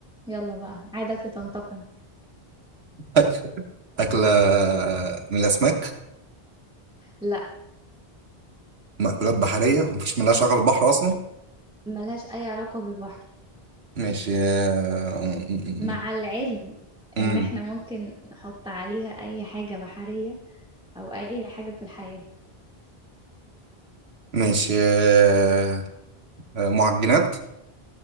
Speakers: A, in the centre; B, on the right (about 85°).
A: يلا بقى عادتي تنتقم
B: <laughs> اكله من الاسماك
A: لا
B: مأكولات بحريه مفيش ملهاش علاقه بالبحر اصلا
A: ملهاش اي علاقة بالبحر
B: ماشي آه، مم،
A: مع العلم
B: مم،
A: ان
B: مم.
A: احنا ممكن نحط عليها اي حاجة بحرية او اي حاجة في الحياة
B: ماشي آه، آه، معجنات